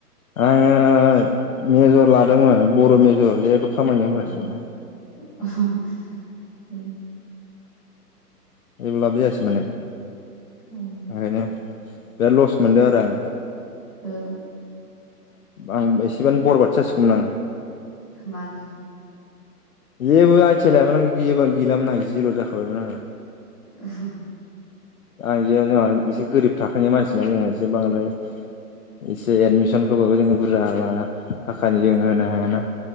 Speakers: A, on the left; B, in the centre.
A: आङो मेजर लादोंमोन बर' मेजर जेबो खामानियाव
B: औ
A: होआसै
B: <inaudible>
A: जेबो लाब जायासै माने
B: ओं
A: ओंखायनो बिराद लस मोनदों आरो आं
B: ओ।
A: आं एसेबानो बरबादसो जासिगौमोन आङो‌
B: मानो?
A: जेबो आइथिया लायाबानो गैबा गैलामोन आं जिर' जाखाबायमोन आङो।
B: <unintelligible>
A: आइजो जोंहा एसे गोरिब थाखोनि मानसिना जोंहा एसे बांद्राय। एसे एडमिसनखौबाबो जोङो बुरजा थाखानि जों होनो हायाना।